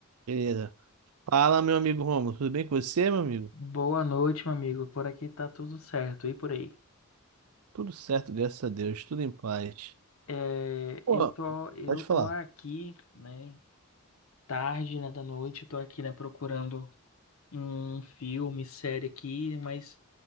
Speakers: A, on the right; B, on the left.
A: Beleza. Fala, meu amigo Romulo. Tudo bem com você, meu amigo?
B: Boa noite, meu amigo. Por aqui tá tudo certo. E por aí?
A: Tudo certo, graças a Deus. Tudo em paz.
B: É,
A: Pô,
B: eu tô, eu
A: pode
B: tô
A: falar.
B: aqui,
A: <laughs>
B: né? Tarde, né, da noite. Eu tô aqui, né, procurando um filme, série aqui, mas